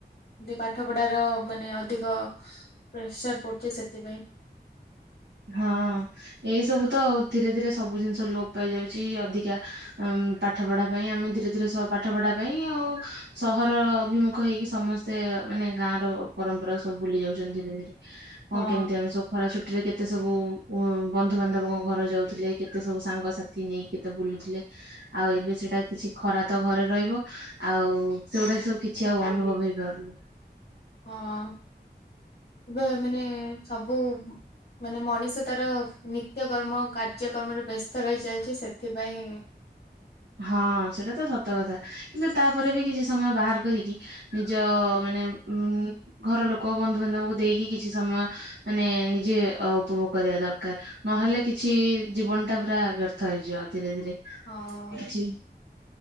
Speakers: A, on the left; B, on the right.
A: ଦେ ପାଠ ପଢାର ମାନେ ଅଧିକ ପ୍ରେସର ପଡ଼ୁଚି ସେଥିପାଇଁ।
B: ହଁ ଏଇ ସବୁ ତ ଆଉ ଧୀରେ ଧୀରେ ସବୁ ଜିନିଷ ଲୋପ ପାଇ ଯାଉଚି ଅଧିକା ଉଁ ପାଠ ପଢ଼ା ପାଇଁ ଆମେ ଧୀରେ ଧୀରେ ସ ପାଠ ପଢା ପାଇଁ ଆଉ ସହର ଅଭିମୁଖ ହେଇକି ସମସ୍ତେ ମାନେ ଗାଁର ପରମ୍ପରା ସବୁ ଭୁଲି ଯାଉଚନ୍ତି ଧୀରେ ଧୀରେ। କଁ
A: ହଁ
B: କେମିତି ଆମେ ସବୁ ଖରା ଛୁଟିରେ କେତେ ସବୁ ଉଁ ବନ୍ଧୁବାନ୍ଧବଙ୍କ ଘର ଯାଉଥୁଲେ କେତେ ସବୁ ସାଙ୍ଗସାଥି ନେଇକି କେତେ ବୁଲୁଥୁଲେ ଆଉ ଏବେ ସେଟା କିଛି ଖରା ତ ଘରେ ରହିବ ଆଉ ସେଡ଼ାକି ସବୁ କିଛି ଆଉ ଅନୁଭବ ହେଇ ପାରୁନି।
A: ହଁ। ଏବେ ମାନେ ସ ସବୁ ମାନେ ମଣିଷ ତାର ନିତ୍ୟକର୍ମ କା ର୍ଯ୍ୟକ୍ରମରେ ବ୍ୟସ୍ତ ରହି ଚାଲିଚି ସେଥିପାଇଁ
B: ହଁ ସେଇଟା ତ ସତ କଥା କିନ୍ତୁ ତାପରେ ବି କିଛି ସମୟ ବାହାର କରିକି ନିଜ ମାନେ ଉଁ ଘର ଲୋକ ବନ୍ଧୁବାନ୍ଧବଙ୍କୁ ଦେଇକି କିଛି ସମୟ ମାନେ ନିଜେ ଅ ଉପଭୋଗ କରିବା ଦରକାର ନହେଲେ କିଛି ଜୀବନଟା ପୁରା ବ୍ୟର୍ଥ ହେଇଯିବ ଧୀରେ ଧୀରେ।
A: ହଁ।
B: କିଛି